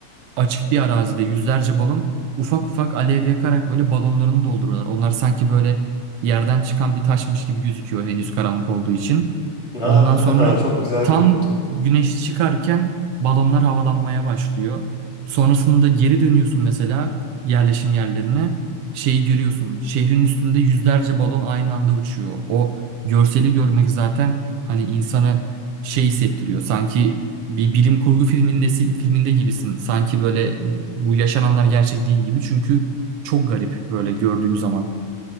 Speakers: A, on the right; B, on the left.
A: açık bir arazide yüzlerce balon ufak ufak alev yakarak böyle balonlarını dolduruyorlar. Onlar sanki böyle yerden çıkan bir taşmış gibi gözüküyor henüz karanlık olduğu için.
B: Aa,
A: Ondan sonra
B: <laughs> çok güzel
A: tam
B: görüntü.
A: güneş çıkarken balonlar havalanmaya başlıyor. Sonrasında geri dönüyorsun mesela yerleşim yerlerine şeyi görüyorsun. Şehrin üstünde yüzlerce balon aynı anda uçuyor. O görseli görmek zaten hani insana şey hissettiriyor. Sanki bir bilim kurgu filmindesi filminde gibisin. Sanki böyle bu yaşananlar gerçek değil gibi. Çünkü çok garip böyle gördüğün zaman.